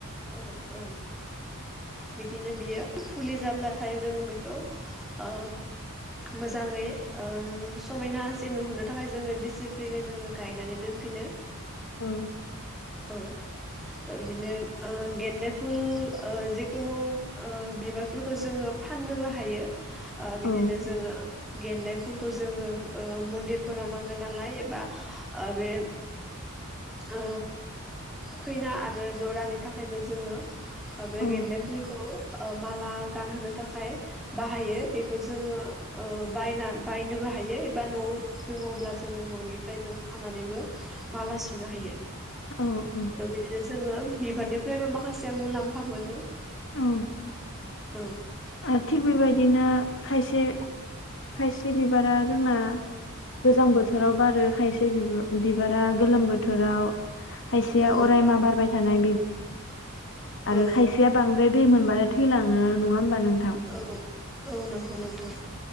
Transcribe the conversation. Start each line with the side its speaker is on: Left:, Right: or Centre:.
Centre: औ औ बिदिनो बियो फुलि जाब्लाथाय जों बेखौ ओ मोजाङै ओ समायनासिन नुहोनो थाखाय जोङो दिडिसिप्लिनै जोङो गायनानै दोनफिनो
Left: <inaudible>
Centre: औ दा बिदिनो गेन्दे फुल ओ‌ जिखुनु ओ बिबारफोरखौ जोङो फाननोबो हायो ओ‌
Left: औ
Centre: बिदिनो जोङो गेन्दाय फुलखौ जोङो ओ मन्दिरफोराव नांगोन नालाय एबा ओ‌ बे ओ खैना आरो दरानि थाखायबो जोङो हबे
Left: औ
Centre: गेन्दे फुलखौ माला गानहोनो थाखाय बाहायो बेखौ जोङो ओ बायना बायनोबो हायो एबा न'आव दङब्ला जोङो न'नि बाय जों खानानैबो माला सुनो हायो
Left: औ
Centre: थ' बिदिनो जोङो बिबारनिफ्रायबो माखासे मुलाम्फा मोनो
Left: औ
Centre: औ
Left: आथि बेबाय बिदिनो खायसे -खायसे बिबारा जोंना गोजां बोथोराव बारो खायसे बिबारा गोलोम बोथोराव। खायसेया
Centre: औ
Left: अरायमा बारबाय थानाय <unintelligible> आरो
Centre: औ
Left: खायसेया बांद्राय दै मोनबानो थैलाङो नङा होमबा <unintelligible>
Centre: औ औ नंगौ नोंथां।